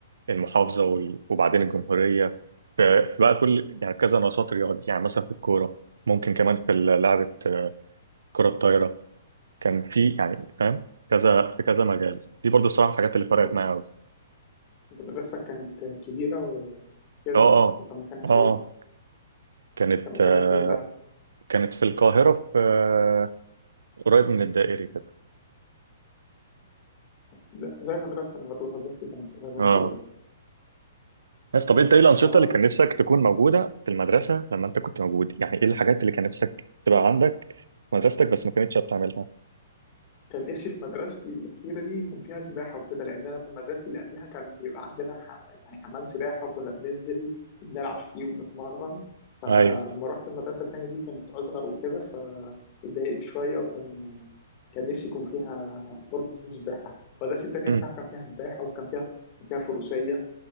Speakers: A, on the right (about 85°); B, on the left (about 35°).
A: المحافظه وال- وبعدين الجمهوريه ف- فبقى كل يعني كذا نشاط رياضي يعني مثلا في الكوره ممكن كمان في ال- لعبه آه، كره الطايره كان في يعني فاهم كذا في كذا مجال دي برضو الصراحه الحاجات اللي فرقت
B: انت
A: معايا قوي
B: انت مدرستك كانت كبيره وكده
A: اه اه
B: وكان مكانها
A: اه
B: فين؟
A: آه. كانت
B: كان مكانها
A: آه،
B: فين بقى؟
A: كانت في القاهره في آه، قريب من الدائري كده
B: لا زي مدرستي انا برضه مدرستي كانت قريبه
A: اه
B: من الدائري
A: بس طب انت ايه الانشطه
B: احنا برضو
A: اللي كان نفسك تكون موجوده في المدرسه لما انت كنت موجود يعني ايه الحاجات اللي كان نفسك تبقى عندك في مدرستك بس ما كانتش بتعملها
B: كان نفسي في مدرستي الأخيرة دي يكون فيها سباحة وكده لأن أنا مدرستي اللي قبليها كان بيبقى عندنا ح... يعني حمام سباحة وكنا بننزل وبنلعب فيه وبنتمرن فلما
A: ايوه
B: رحت المدرسة التانية دي كانت أصغر وكده فاتضايقت شوية وكان كان نفسي يكون فيها برضه سباحة المدرسة التانية
A: أمم.
B: الصراحة كان فيها سباحة وكان فيها كان فيها فروسية